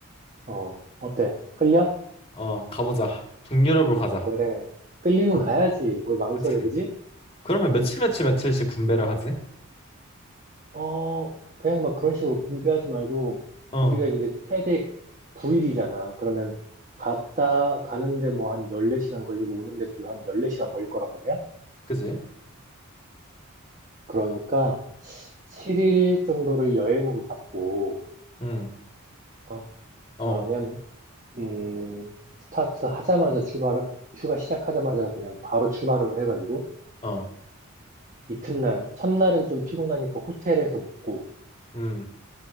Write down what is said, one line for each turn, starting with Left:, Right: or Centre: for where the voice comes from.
Right: 어, 어때? 끌려?
Left: 어, 가보자. 북유럽으로 가자.
Right: 그래. 끌리면
Left: 아,
Right: 가야지. 뭘 망설여,
Left: 그치.
Right: 그지?
Left: 그러면
Right: 어,
Left: 며칠 며칠 며칠씩 분배를 하지?
Right: 어, 그냥 막 그런 식으로 분배하지 말고,
Left: 어,
Right: 우리가 이제 최대 9일이잖아. 그러면 갔다 가는데 뭐 한 14시간 걸리고 오는데 또 한 14시간 걸릴 거란 말이야?
Left: 그지?
Right: 그러니까 7일 정도를 여행으로 잡고,
Left: 음,
Right: 어, 그러면
Left: 어,
Right: 음, 스타트 하자마자 출발, 휴가 시작하자마자 그냥 바로 출발을 해가지고,
Left: 어,
Right: 이튿날, 첫날은 좀 피곤하니까 호텔에서 묵고,
Left: 음,